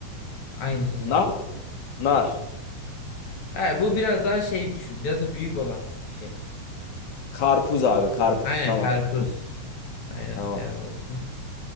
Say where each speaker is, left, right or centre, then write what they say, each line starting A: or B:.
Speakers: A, on the left; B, on the left.
A: Aynı şey
B: Nar.
A: cevap.
B: Nar.
A: Ha, bu biraz daha şey düşün. Biraz da büyük olan bir şey.
B: Karpuz abi karpuz
A: Aynen
B: tamam.
A: karpuz. Aynen
B: Tamam.
A: helal olsun.